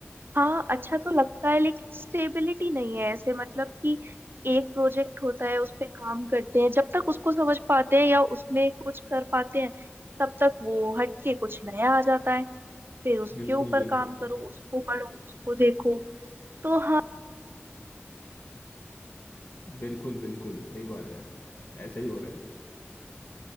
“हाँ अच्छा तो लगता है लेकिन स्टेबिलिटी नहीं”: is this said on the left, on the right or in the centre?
Right